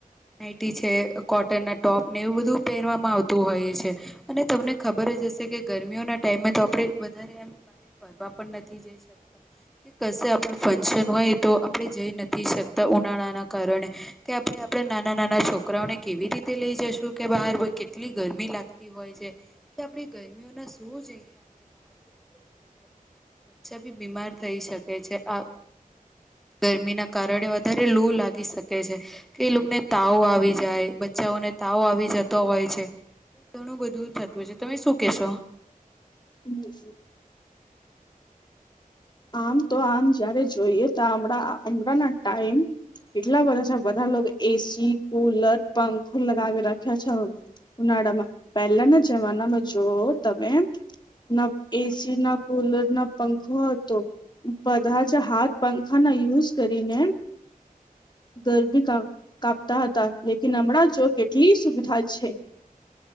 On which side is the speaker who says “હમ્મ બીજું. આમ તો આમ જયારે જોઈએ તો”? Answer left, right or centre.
Left